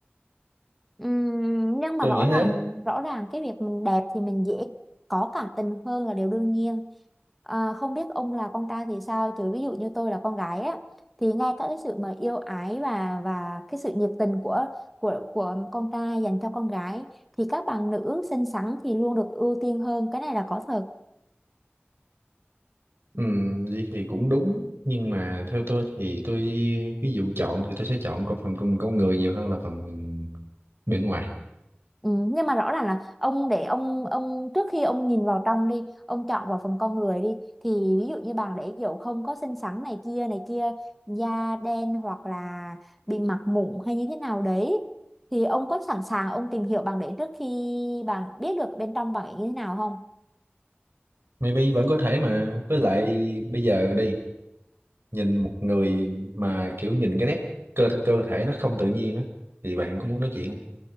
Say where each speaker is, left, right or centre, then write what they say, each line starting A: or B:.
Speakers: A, in the centre; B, on the right.
A: Ừm, nhưng mà
B: Tôi
A: rõ
B: nghĩ
A: ràng
B: thế.
A: rõ ràng cái việc mình đẹp thì mình dễ có cảm tình hơn là điều đương nhiên à, không biết ông là con trai thì sao chứ ví dụ như tôi là con gái á thì ngay cả cái sự mà yêu ái và và cái sự nhiệt tình của của của con trai dành cho con gái thì các bạn nữ xinh xắn thì luôn được ưu tiên hơn cái này là có thật
B: Ừ, vậy thì cũng đúng. Nhưng mà theo tôi thì tôi ví dụ chọn thì tôi sẽ chọn có phần con con người nhiều hơn là phần bên ngoài.
A: Ừ, nhưng mà rõ ràng là ông để ông ông trước khi ông nhìn vào trong đi ông chọn vào phần con người đi thì ví dụ như bạn để kiểu không có xinh xắn này kia này kia da đen hoặc là bị mặt mụn hay như thế nào đấy thì ông có sẵn sàng ông tìm hiểu bạn để trước khi bạn biết được bên trong bạn ấy như thế nào không
B: Maybe vẫn có thể mà với lại bây giờ đi nhìn một người mà kiểu nhìn cái nét cơ cơ thể nó không tự nhiên á thì bạn có muốn nói chuyện không?